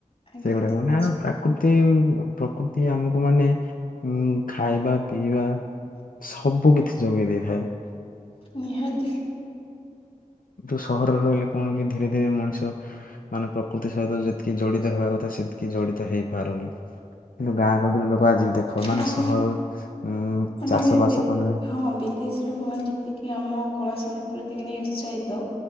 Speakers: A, on the left; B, on the left.
A: ଆଜ୍ଞା
B: ସେଗୁଡାକ
A: ଦେଖିଛି
B: ମାନେ ଆମେ ପ ପ୍ରକୃତି ପ୍ରକୃତି ଆମକୁ ମାନେ ଉ ଖାଇବା ପିଇବା ସବୁ କିଛି ଯୋଗେଇ ଦେଇଥାଏ।
A: ନିହାତି।।
B: ନ୍ତୁ ସହରରେ ରହିଲେ କଣ କି ଧୀରେ ଧୀରେ ମଣିଷ ମାନେ ପ୍ରକୃତି ସହିତ ଯେତିକି ଜଡିତ ହେବା କଥା ସେତିକି ଜଡିତ ହେଇପାରୁନି। କିନ୍ତୁ ଗାଁ ଗହଳିରେ ଲୋକ ଆଜି ବି ଦେଖ
A: ହଁ
B: ମାନେ ସହର ଉଁ
A: ମାନେ
B: ଚାଷ ବାସ
A: ଦେଖ
B: କଲେ
A: ହଁ ବିଦେଶୀ ଲୋକମାନେ ଯେତିକି ଆମ କଳା ସଂସ୍କୃତି କି ନେଇ ଉତ୍ସାହିତ